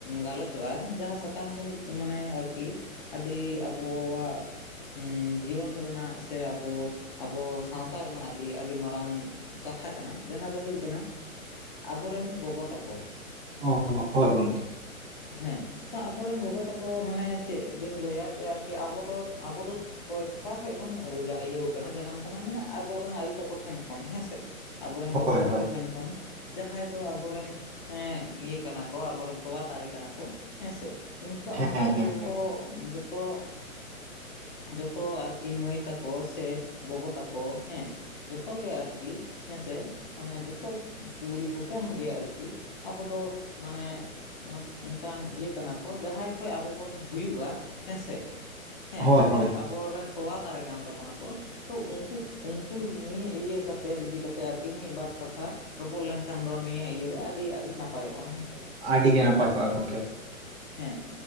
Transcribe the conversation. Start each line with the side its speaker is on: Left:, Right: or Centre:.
Left: ᱜᱟᱞᱚᱪᱚᱜ-ᱟ ᱡᱟᱦᱟᱸ ᱥᱟᱛᱟᱢ ᱫᱚ ᱦᱩᱭᱩᱜ ᱢᱟᱱᱮ ᱟᱨᱠᱤ ᱟᱹᱰᱤ ᱟᱵᱚᱣᱟᱜ ᱩᱸᱻ ᱡᱤᱭᱚᱱ ᱨᱮᱱᱟᱜ ᱥᱮ ᱟᱵᱚ ᱟᱵᱚ ᱥᱟᱶᱛᱟ ᱨᱮᱱᱟᱜ ᱟᱹᱰᱤ ᱟᱹᱰᱤ ᱢᱟᱨᱟᱝ ᱠᱟᱛᱷᱟ ᱠᱟᱱᱟ᱾ ᱡᱟᱦᱟᱸ ᱫᱚ ᱦᱩᱭᱩᱜ ᱠᱟᱱᱟ ᱟᱵᱚᱨᱮᱱ ᱜᱚᱜᱚ ᱛᱟᱠᱚ
Right: ᱚ
Left: ᱦᱮᱸ ᱥᱮ᱾
Right: ᱦᱳᱭ ᱜᱚᱝᱠᱮ
Left: ᱦᱮᱸ᱾ ᱟᱵᱚᱨᱮᱱ ᱜᱚᱜᱚ ᱛᱟᱠᱚ ᱢᱟᱱᱮ ᱪᱮᱫ ᱵᱤᱱ ᱞᱟᱹᱭᱟ ᱡᱮ ᱟᱨᱠᱤ ᱟᱵᱚ ᱫᱚ ᱟᱵᱚ ᱫᱚ ᱠᱚᱭᱛᱟ ᱠᱷᱚᱡ ᱵᱚᱱ ᱡᱟ ᱤᱭᱟᱹᱣ ᱠᱟᱱᱟ ᱡᱟᱱᱟᱢ ᱠᱟᱱᱟ ᱢᱟᱱᱮ ᱟᱵᱚᱨᱮᱱ ᱟᱭᱳ ᱛᱟᱠᱚ ᱴᱷᱮᱱ ᱠᱷᱚᱱ ᱦᱮᱸ ᱥᱮ᱾ ᱟᱵᱚᱨᱮᱱ ᱜᱚᱜᱚ
Right: ᱦᱳᱭ
Left: ᱛᱟᱠᱚ
Right: ᱦᱳᱭ
Left: ᱴᱷᱮᱱ ᱠᱷᱚᱱ᱾ ᱡᱟᱦᱟᱸᱭ ᱫᱚ ᱟᱵᱚᱨᱮᱱ ᱦᱮᱸ ᱤᱭᱟᱹ ᱠᱟᱱᱟ ᱠᱚ, ᱟᱵᱚᱨᱮᱱ ᱛᱚᱣᱟ ᱫᱟᱨᱮ ᱠᱟᱱᱟ ᱠᱚ ᱦᱮᱸ ᱥᱮ᱾ ᱩᱝᱠᱩᱣᱟᱜ ᱚᱝᱠᱟ
Right: ᱦᱮᱸ
Left: ᱜᱮ
Right: ᱦᱮᱸ
Left: ᱡᱚᱛᱚ
Right: ᱦᱮᱸ
Left: ᱡᱚᱛᱚ ᱡᱚᱛᱚ ᱟᱨᱠᱤ ᱢᱟᱹᱭ ᱛᱟᱠᱚ ᱥᱮ ᱜᱚᱜᱚ ᱛᱟᱠᱚ ᱦᱮᱸ᱾ ᱡᱚᱛᱚ ᱜᱮ ᱟᱨᱠᱤ᱾ ᱦᱮᱸ ᱥᱮ ᱢᱟᱱᱮ ᱡᱚᱛᱚ ᱠᱩᱲᱤ ᱦᱚᱯᱚᱱ ᱜᱮ ᱟᱨᱠᱤ ᱟᱵᱚ ᱫᱚ ᱢᱟᱱᱮ ᱢᱟᱱᱮ ᱚᱝᱠᱟᱱ ᱤᱭᱟᱹ ᱠᱟᱱᱟ ᱠᱚ ᱡᱟᱦᱟᱸᱭ ᱠᱷᱚᱡ ᱟᱵᱚ ᱵᱚᱱ ᱦᱩᱭᱩᱜ-ᱟ ᱦᱮᱸ ᱥᱮ᱾ ᱦᱮᱸ
Right: ᱦᱳᱭ
Left: ᱛᱟᱞᱦᱮ
Right: ᱦᱳᱭ ᱦᱳᱭ,
Left: ᱟᱵᱚᱨᱮᱱ ᱛᱚᱣᱟ ᱫᱟᱨᱮ ᱠᱟᱱ ᱛᱟᱵᱚᱱᱟᱠᱚ ᱛᱚ, ᱩᱝᱠᱩ ᱩᱝᱠᱩ ᱱᱤᱭᱟᱹ ᱤᱭᱟᱹ ᱠᱟᱛᱮᱫ ᱤᱫᱤ ᱠᱟᱛᱮᱫ ᱟᱨᱠᱤ ᱢᱤᱫ ᱵᱟᱨ ᱠᱟᱛᱷᱟ ᱨᱚᱯᱚᱲ ᱞᱮᱱᱠᱷᱟᱱ ᱫᱚ ᱱᱤᱭᱟᱹ ᱤᱭᱟᱹ ᱨᱮ ᱟᱹᱰᱤ ᱟᱹᱰᱤ ᱱᱟᱯᱟᱭᱚᱜ-ᱟ ᱦᱮᱸ ᱥᱮ᱾
Right: ᱟᱹᱰᱤ ᱜᱮ ᱱᱟᱯᱟᱭ ᱠᱚᱜ-ᱟ ᱜᱚᱝᱠᱮ᱾
Left: ᱦᱮᱸ